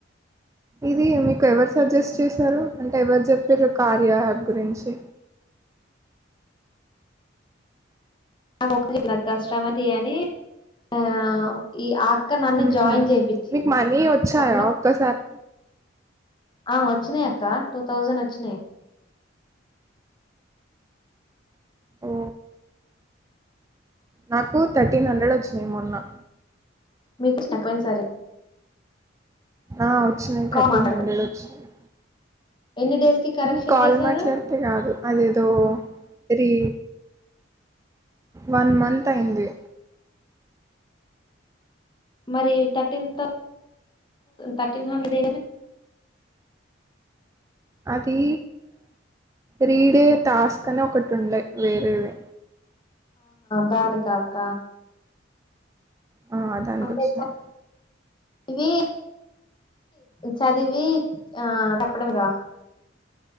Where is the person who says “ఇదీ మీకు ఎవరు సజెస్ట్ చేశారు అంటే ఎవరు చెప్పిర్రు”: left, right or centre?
Right